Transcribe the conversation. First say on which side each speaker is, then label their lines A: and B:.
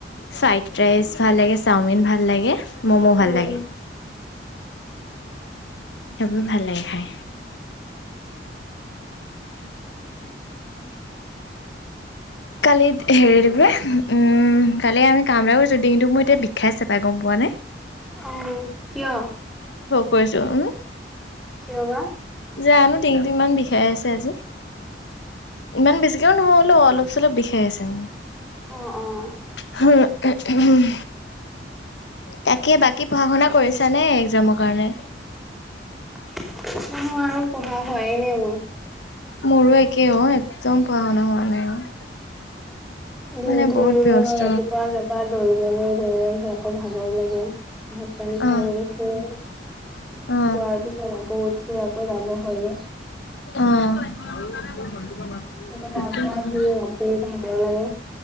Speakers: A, on the left; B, in the centre.
A: ফ্ৰাইড ৰাইচ ভাল লাগে চাওমিন ভাল লাগে। ম'মো ভাল
B: উম,
A: লাগে। সবেই ভাল লাগে খাই কালি হেৰি দে উম কালি আমি কাম এটা কৰিছো, ডিঙিতটো মোৰ এতিয়া বিষাইছে গম পোৱা নাই ।
B: অহ কিয়?
A: কৈছো উম'। <inaudible>
B: কিয় বা?
A: জানো ডিঙিটো ইমান বিষাই আছে । ইমান বেছিকেও নহয় অলপ চলপ বিষাই আছে মানে
B: অ', অ'।
A: হম। তাকে বাকী পঢ়া-শুনা কৰিছা নে একজামৰ কাৰণে
B: মোৰ আৰু পঢ়া হোৱা নাই মোৰ ।
A: মোৰো একে অ' একদম পঢ়া-শুনা শু হোৱা নাই অ'।
B: দিনতটো
A: মানে বহুত ব্যস্ত
B: ৰাতিপুৱা যপা দৌৰিবলৈ দৌৰি আহি আকৌ ভাগৰ লাগে । <unintelligible> ভাত পানী খাই
A: অ
B: মেলি শুই খোৱাৰ
A: অ
B: পিছত আকৌ উঠি আকৌ যাব হয়ে ।
A: অ <unintelligible>
B: আকৌ
A: সেইটো
B: তাৰ পৰা
A: হয়
B: আহি ৰাতি ভাগৰ লাগে,